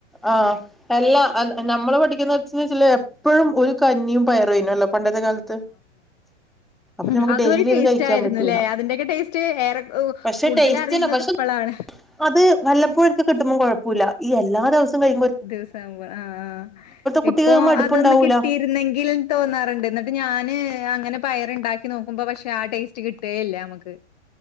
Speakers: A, in the centre; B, on the left.
A: ആഹ് എല്ലാ അ നമ്മള് പഠിക്കുന്നോട്ത് ചില എപ്പഴും ഒരു കഞ്ഞിയും പയറുയ്നല്ലോ പണ്ടത്തെ കാലത്ത് അപ്പൊ
B: ഹും
A: നമുക്ക്
B: അതൊരു
A: ഡെയിലി
B: ടേസ്റ്റ്
A: ഇത് കഴിക്കാൻ
B: ആയിരുന്നുല്ലേ
A: പറ്റൂല
B: അതിന്റെക്കെ ടേസ്റ്റ് ഏറെ കൂ
A: പക്ഷെ
B: കൂടുതല
A: ടേസ്റ്റ്ന്നെ
B: റിയുന്നത്
A: പക്ഷെ
B: ഇപ്പളാണ്
A: അത് വല്ലപ്പോഴൊക്കെ കിട്ടുമ്പോ കൊഴപ്പുല്ല ഈ എല്ലാ ദിവസവും കഴി
B: ദിവസം ആവുമ്പോ ആഹ് ആഹ്
A: കുട്ടികൾക്ക്
B: ഇപ്പൊ
A: മടുപ്പുണ്ടാവൂല
B: അതൊന്ന് കിട്ടിയിരുന്നെങ്കിൽ തോന്നാറുണ്ട് എന്നിട്ട് ഞാന് അങ്ങനെ പയറ്ണ്ടാക്കി നോക്കുമ്പോ പക്ഷേ ആ ടേസ്റ്റ് കിട്ടേയില്ല നമ്മക്ക്